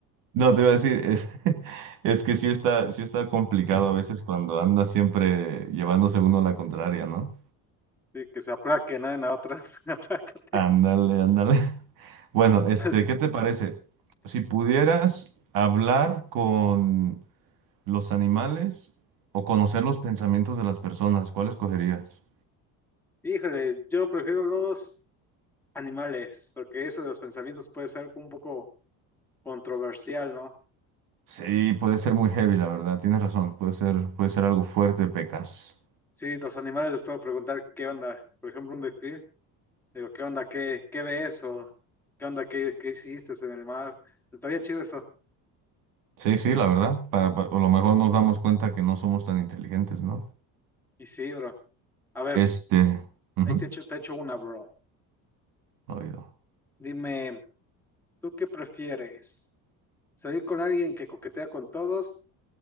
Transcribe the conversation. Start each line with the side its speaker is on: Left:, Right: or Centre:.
Right: No, te iba a decir, es, <laughs> es que sí está, sí está complicado a veces cuando anda siempre llevándose uno la contraria, ¿no?
Centre: Sí, que se aplaque, ¿no? En la otra, <laughs> aplácate.
Right: Ándale, ándale. <laughs> Bueno, este,
Centre: <laughs>
Right: ¿qué te parece? Si pudieras hablar con los animales o conocer los pensamientos de las personas, ¿cuál escogerías?
Centre: Híjole, yo prefiero los animales, porque eso de los pensamientos puede ser un poco controversial, ¿no?
Right: Sí, puede ser muy heavy, la verdad, tienes razón, puede ser, puede ser algo fuerte, pecas.
Centre: Sí, los animales les puedo preguntar qué onda, por ejemplo, un delfín, digo, ¿qué onda? ¿Qué, qué ves? O ¿qué onda? ¿Qué, qué hiciste en el mar? Estaría chido eso.
Right: Sí, sí, la verdad, para, para- a lo mejor nos damos cuenta que no somos tan inteligentes, ¿no?
Centre: Y sí, bro. A ver,
Right: Este, ujú.
Centre: ahí te echo, te echo una, bro.
Right: Oído.
Centre: Dime, ¿tú qué prefieres? ¿Salir con alguien que coquetea con todos